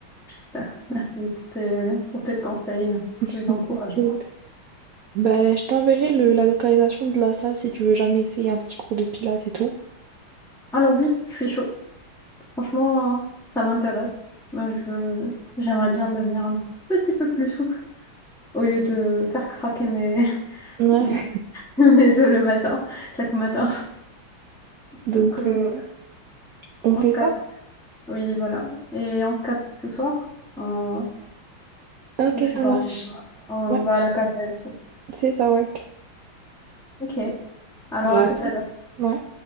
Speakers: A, in the centre; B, on the right.
A: j'espère. Merci pour tes pour tes conseils, merci pour
B: <laughs>
A: tes encouragements.
B: Tranquille. Ben, je t'enverrai le- la localisation de la salle si tu veux jamais essayer un petit cours de pilates et tout.
A: Alors oui, je suis chaud. Franchement, ça m'intéresse. Moi, je, j'aimerais bien devenir un petit peu plus souple au lieu de faire craquer mes, <laughs>
B: Ouais,
A: mes os le matin, chaque matin.
B: <laughs> donc
A: Donc, euh,
B: euh,
A: voilà.
B: on
A: on
B: fait
A: se capte.
B: ça?
A: Oui, voilà. Et on se capte ce soir. En,
B: Ok,
A: je sais
B: ça
A: pas,
B: marche.
A: on va, on
B: Ouais,
A: va à la cafette.
B: c'est ça, ouais.
A: Ok. Alors,
B: Bah,
A: à tout
B: à tout.
A: à l'heure.
B: Ouais.